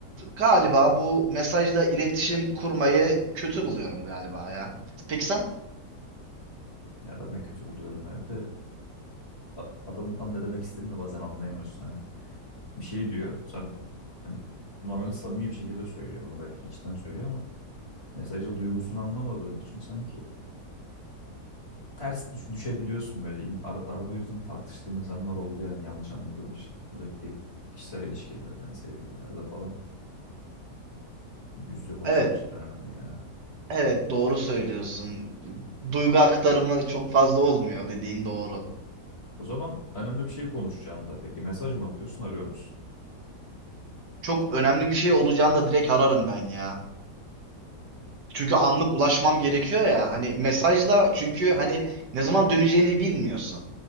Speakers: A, on the right; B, on the left.
A: galiba bu mesajla iletişim kurmayı kötü buluyorum galiba ya. Peki sen?
B: Ya ben de kötü buluyorum ya. Bir de a- adamın tam ne demek istediğini de bazen anlayamıyorsun. Hani bir şey diyor. Sen hani normalde samimi bir şekilde söylüyor bunu belki içten söylüyor ama mesajda duygusunu anlamadığın için sanki ters düş- düşebiliyorsun böyle. İn- ar- arada o yüzden tartıştığım insanlar oldu yani yanlış anladığım için. Özellikle kişisel ilişkilerde, hani sevgililerde falan Yüz yüze konuşmak
A: Evet,
B: cidden önemli ya.
A: evet doğru söylüyorsun. Duygu aktarımı çok fazla olmuyor dediğin doğru.
B: O zaman önemli bir şey konuşacağında peki mesaj mı atıyorsun, arıyor musun?
A: Çok önemli bir şey olacağını da direkt ararım ben ya. Çünkü anlık ulaşmam gerekiyor ya. Hani mesajla çünkü hani ne zaman döneceğini bilmiyorsun.